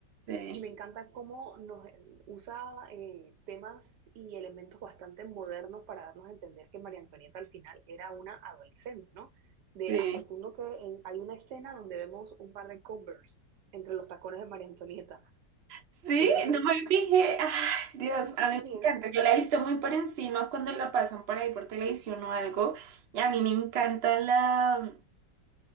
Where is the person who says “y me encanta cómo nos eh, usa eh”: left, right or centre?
Right